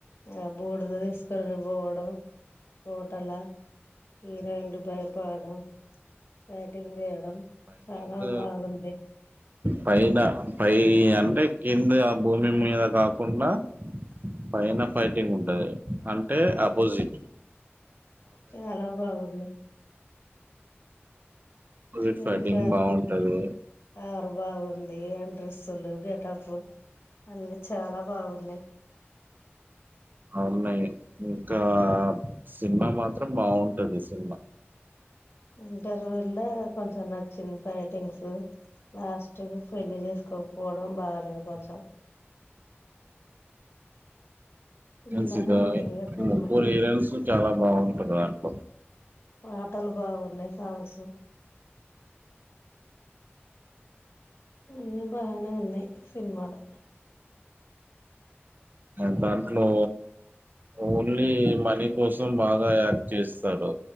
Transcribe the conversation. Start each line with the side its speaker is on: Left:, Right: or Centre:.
Left: ఆ బూడుద తీసుకొని పోవడం కోటలా హీరోయిన్లు భయపడడం బైటింగ్ తీయడం డం
Right: ఫైటింగ్
Left: చాలా బావుంది.
Right: పైన పై అంటే కింది ఆ భూమి మీద కాకుండా పైన ఫైటింగ్ ఉంటది అంటే అపోజిట్
Left: చాల బాగుంది
Right: అపోజిట్
Left: ఇంక
Right: ఫైటింగ్ బాగుంటది.
Left: ఆడ్ బాగుంది అంట్రెస్ స్సులు గెటఫ్ అన్నిీ చాలా బాగున్నాయి
Right: అ వున్నాయి ఇంకా సినిమా మాత్రం బాగుంటది సినిమా
Left: ఇంటర్వల్లో కొంచెం నచ్చింది ఫైటింగ్స్ ఉమ్ లాస్ట్ స్టుగా పెళ్లి చేసుకోకపోవడం బాలేద్ కొంచెం
Right: మున్సిత
Left: ఇలానే ఉంది ఇక సినిమా
Right: ముగ్గురి సీరియల్స్ చాలా బాగుంది ఉంటుదా ఆర్వ
Left: పాటలు బాగున్నాయి సాంగ్స్ అన్నీ బానే ఉన్నాయి సినిమాలు
Right: అ దాంట్లో ఓన్లీ మనీ కోసం బాగా యాక్ట్ చేస్తుంది స్తడు